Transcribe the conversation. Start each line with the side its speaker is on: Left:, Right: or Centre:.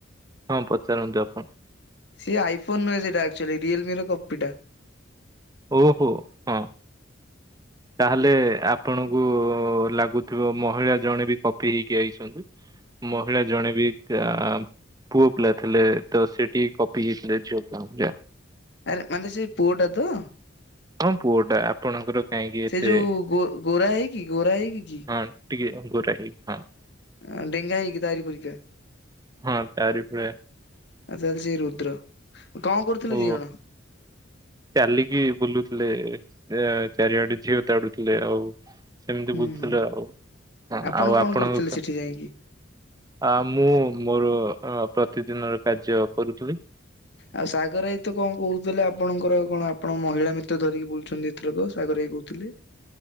Right: ହଁ ପଚାରନ୍ତୁ ଆପଣ।
Left: ସେ ଆଇଫୋନ ନୁହଁ ସେଇଟା ଆକ୍ଚୁଆଲି ରିଏଲମି ର କପି ଟା।
Right: ଓହୋ ହଁ। ତାହେଲେ ଆପଣଙ୍କୁ ଲାଗୁଥିବ ମହିଳା ଜଣେ ବି କପି ହେଇକି ଆଇଛନ୍ତି। ମହିଳା ଜଣେ ବି ଆ ପୁଅ ପିଲା ଥିଲେ ତ ସେଠି କପି ହେଇଥିଲେ ଝିଅ ପିଲାଙ୍କ ଭଳିଆ।
Left: ଆରେ ମାନେ ସେଇ ପୁଅଟା ତ।
Right: ହଁ ପୁଅଟା। ଆପଣଙ୍କର କାହିଁକି ଏତେ
Left: ସେ ଯୋଉୋ ଗୋ ଗୋରା ହେଇକି ଗୋରା ହେଇକି କି?
Right: ହଁ ଟିକେ ଗୋରା ହେଇ ହଁ।
Left: ଆ ଡେଙ୍ଗା ହେଇ କିି ତାରିପରିିକା।
Right: ହଁ ତାରି ଭଳିଆ
Left: ଆ ତାହେଲେ ସେ ରୁଦ୍ର କଣ କରୁଥିଲେ
Right: ଓ
Left: ଦି ଜଣ।
Right: ଚାଲିକି ବୁଲୁଥିଲେ ଅ ଚାରିଆଡେ ଝିଅ ତାଡୁଥିଲେ ଆଉ ସେମିତି
Left: ହୁଁ
Right: ବୁଲୁଥିଲୁ
Left: ହୁଁ
Right: ଆଉ
Left: ଆପଣ
Right: ଆଉ
Left: କଣ
Right: ଆପଣଙ୍କ
Left: କରୁଥିଲେ
Right: ସହ
Left: ସେଠି ଯାଇକି?
Right: ଆ ମୁଁ ମୋର ଅ ପ୍ରତିଦିନର କାର୍ଯ୍ୟ କରୁଥିଲି।
Left: ଆଉ ସାଗର ଆଇ ତ କଣ କହୁଥିଲେ ଆପଣଙ୍କର କଣ ଆପଣ ମହିଳା ମିତ୍ର ଧରିକି ବୁଲୁଛନ୍ତି ଏ ଥରକ ସାଗର ଆଇ କହୁଥିଲେ।